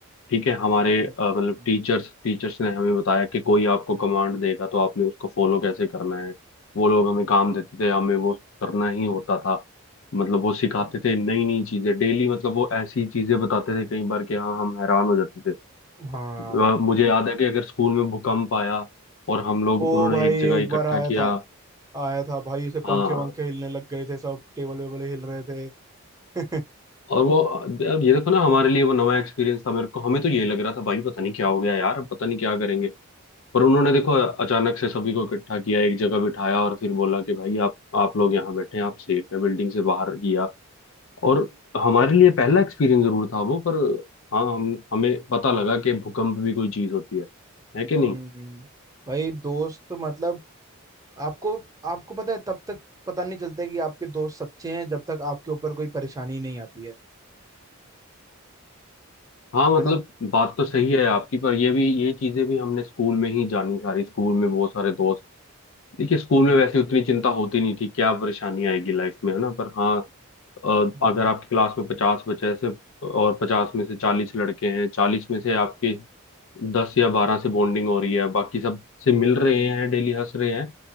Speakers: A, on the left (about 60°); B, on the right (about 15°).
A: ठीक है हमारे
B: हम्म।
A: अ, मतलब टीचर्स टीचर्स ने हमें बताया कि कोई आपको कमांड देगा तो आपने उसको फॉलो कैसे करना है वो लोग हमें काम देते थे हमें वो करना ही होता था मतलब वो सिखाते थे नई नई चीजें डेली मतलब वो ऐसी चीजें बताते थे कई बार कि हाँ हम हैरान हो जाते थे
B: हाँ
A: अ, मुझे याद है कि अगर स्कूल में भूकंप आया और हम लोग
B: वो
A: उन्होंने
B: भाई
A: एक जगह
B: एक
A: इकट्ठा
B: बार आया
A: किया
B: था आया था भाई इसे
A: हाँ
B: पंखे वंखे हिलने लग गए थे सब टेबल वेबल हिल रहे थे <laughs>
A: और वो अब ये देखो ना हमारे लिए वो नया एक्सपीरियंस था मेरे को हमें तो ये लग रहा था भाई पता नहीं क्या हो गया यार पता नहीं क्या करेंगे पर उन्होंने देखो अचानक से सभी को इकट्ठा किया एक जगह बिठाया और फिर बोला कि भाई आप आप लोग यहाँ बैठे हैं आप सेफ है बिल्डिंग से बाहर किया और हमारे लिए पहला एक्सपीरियंस जरूर था वो पर हाँ हम हमें पता लगा कि भूकंप भी कोई चीज होती है है कि नहीं
B: हम्म भाई दोस्त मतलब आपको आपको पता है तब तक पता नहीं चलता कि आपके दोस्त सच्चे हैं जब तक आपके ऊपर कोई परेशानी नहीं आती है
A: हाँ मतलब
B: है ना
A: बात तो सही है आपकी पर ये भी ये चीजें भी हमने स्कूल में ही जानी सारी स्कूल में बहुत सारे दोस्त देखिए स्कूल
B: हम्म
A: में वैसे उतनी चिंता होती नहीं थी क्या परेशानी आएगी लाइफ में है ना पर हाँ अ,
B: हम्म
A: अगर आपकी क्लास में पचास बच्चे से और पचास में से चालीस लड़के हैं चालीस में से आपके दस या बारह से बॉन्डिंग हो रही है बाकी सब से मिल रहे हैं डेली हंस रहे हैं